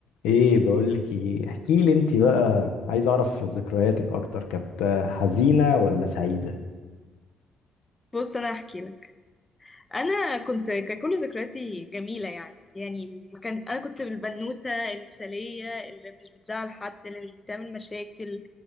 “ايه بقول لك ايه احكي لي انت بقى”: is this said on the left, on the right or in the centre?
Left